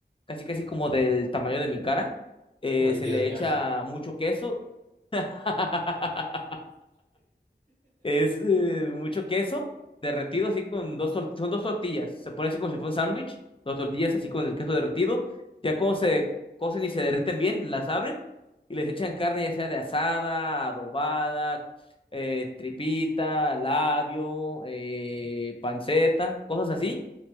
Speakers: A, on the left; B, on the right.
A: casi casi como del tamaño de mi cara. Eh,
B: Uy,
A: se
B: Dios
A: le
B: mío.
A: echa mucho queso. <laughs> Es eh, mucho queso derretido así con dos tor- son dos tortillas. Se pone así como si fuera un sándwich, dos tortillas así con el queso derretido. Ya cuando se cocen y se derriten bien, las abren y les echan carne ya sea de asada, adobada, eh, tripita, labio, eh, panceta, cosas así.